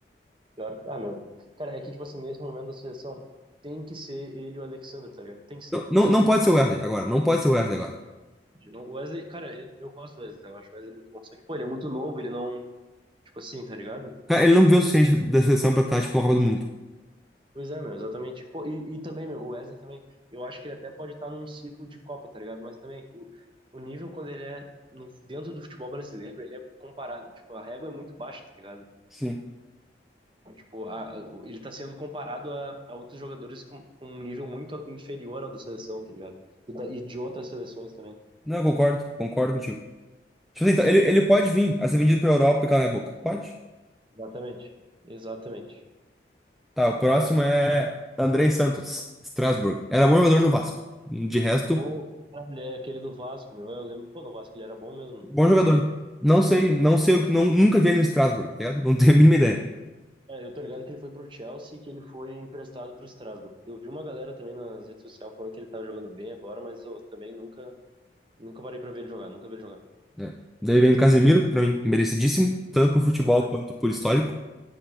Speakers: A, on the right; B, in the centre.
A: Pior- Ah, meu. Cara, é que, tipo assim, nesse momento da seleção, tem que ser ele e o Alexandre, tá ligado? Tem que ser.
B: Não, não, não pode ser o Wesley agora. Não pode ser o Wesley agora.
A: O Wesley, cara, eu gosto do Wesley, tá? Eu acho o Wesley muito bom. Só que, pô, ele é muito novo, ele não, tipo assim, tá ligado?
B: Cara, ele não viu o suficiente da seleção pra estar, tipo, na Copa do Mundo.
A: Pois é, meu, exatamente. Pô, e, e também, meu, o Wesley também, eu acho que ele até pode estar num ciclo de Copa, tá ligado? Mas também, o, o nível quando ele é no- dentro do futebol brasileiro, ele é comparado, tipo, a régua é muito baixa, tá ligado?
B: Sim.
A: Então, Tipo, a- o- ele tá sendo comparado a, a outros jogadores com, com um nível muito inferior ao da seleção, tá ligado? E, da- e de outras seleções também.
B: Não, eu concordo, concordo contigo. Tipo assim, então, ele, ele pode vir a ser vendido pra Europa e calar minha boca. Pode.
A: Exatamente, exatamente.
B: Tá, o próximo é Andrei Santos, Strasbourg. Era bom jogador no Vasco. De resto,
A: Ou, é aquele do Vasco, meu, eu lembro, pô, no Vasco ele era bom mesmo,
B: bom
A: eu
B: jogador.
A: lembro dele.
B: Não sei, não sei, o que- não, nunca vi ele no Strasbourg, tá ligado? Não tenho a mínima ideia.
A: É, eu tô ligado que ele foi pro Chelsea e que ele foi emprestado pro Strasbourg. Eu vi uma galera também nas redes sociais falando que ele tá jogando bem agora, mas eu também nunca, nunca parei pra ver ele jogar, nunca vi ele jogar.
B: É. Daí vem o Casemiro, pra mim, merecidíssimo, tanto por futebol
A: Pô, o Cas-
B: quanto por histórico.